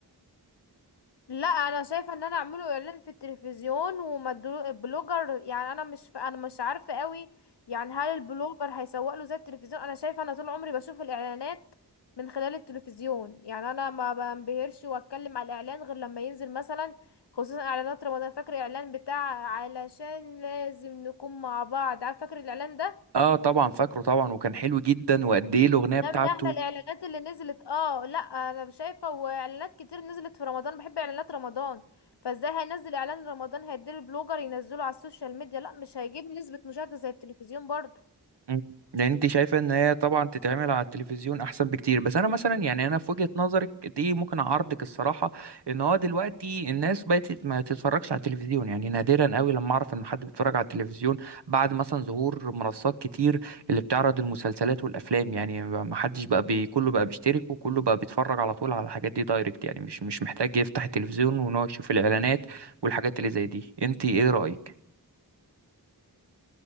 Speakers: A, on the left; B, on the right.
A: لا انا شايفه ان انا اعمله اعلان في التلفزيون وما ادلو- البلوجر يعني انا مش انا مش عارفه قوي يعني هل البلوجر هيسوق له زي التلفزيون انا شايفه انا طول عمري بشوف الاعلانات من خلال التلفزيون يعني انا ما بنبهرش واتكلم على الاعلان غير لما ينزل مثلا خصوصا اعلانات رمضان فاكر الاعلان بتاع علشان لازم نكون مع بعض عارف فاكر الاعلان ده
B: اه طبعا فاكره طبعا وكان حلو جدا وقد ايه الاغنيه بتاعته
A: ده من احلى الاعلانات اللي نزلت اه لا انا شايفه واعلانات كتير نزلت في رمضان بحب اعلانات رمضان فازاي هينزل اعلان رمضان هيدير البلوجر ينزله على السوشيال ميديا لا مش هيجيب نسبه مشاهده زي التلفزيون برضو
B: مم. يعني انت شايفه ان هي طبعا تتعمل على التلفزيون احسن بكتير بس انا مثلا يعني انا في وجهه نظرك دي ممكن اعارضك الصراحه ان هو دلوقتي الناس بقت تت- ما تتفرجش على التلفزيون يعني نادرا قوي لما اعرف ان حد بيتفرج على التلفزيون بعد مثلا ظهور منصات كتير اللي بتعرض المسلسلات والافلام يعني ما حدش بقى بي كله بقى بيشترك وكله بقى بيتفرج على طول على الحاجات دي دايركت يعني مش مش محتاج يفتح التلفزيون وان هو يشوف الاعلانات والحاجات اللي زي دي انت ايه رايك